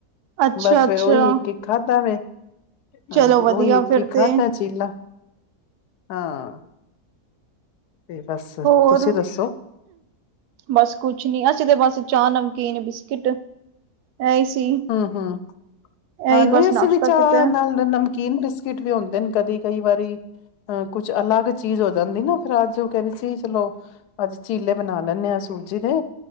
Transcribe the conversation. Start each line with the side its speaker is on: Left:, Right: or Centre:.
Right: ਅੱਛਾ-ਅੱਛਾ।
Left: ਬਸ ਫਿਰ ਉਹੀ ਇੱਕ-ਇਕ ਖਾਧਾ ਵੇ। ਹਾਂਜੀ
Right: ਚਲੋ ਵਧੀਆ
Left: ਉਹੀ ਇੱਕ-ਇੱਕ
Right: ਫਿਰ
Left: ਖਾਧਾ
Right: ਤੇ,
Left: ਚੀਲਾ ਹਾਂ ਤੇ ਬਸ
Right: ਹੋਰ
Left: ਤੁਸੀਂ ਦੱਸੋ।
Right: ਬਸ ਕੁਛ ਨੀ ਅਸੀਂ ਤੇ ਬਸ ਚਾਹ ਨਮਕੀਨ ਬਿਸਕਿਟ ਇਹੀ ਸੀ।
Left: ਹੂੰ-ਹੂੰ ਹਾਂ
Right: ਇਹੀ
Left: ਨਈ
Right: ਬਸ
Left: ਅਸੀਂ
Right: ਨਾਸ਼ਤਾ
Left: ਵੀ ਚਾਹ
Right: ਕੀਤਾ,
Left: ਨਾਲ ਨਮ ਕੀਨ ਬਿਸਕਿਟ ਵੀ ਹੁੰਦੇ ਨੇ ਕਦੇ ਕਈ ਵਰੀ ਅ ਕੁਛ ਅਲੱਗ ਚੀਜ਼ ਹੋ ਜਾਂਦੀ ਨਾ ਫਿਰ ਅੱਜ ਓ ਕੈਂਦੇ ਸੀ ਚਲੋ। ਅੱਜ ਚੀਲੇ ਬਣਾ ਲੈਂਣੇ ਆਂ ਸੂਜੀ ਦੇ।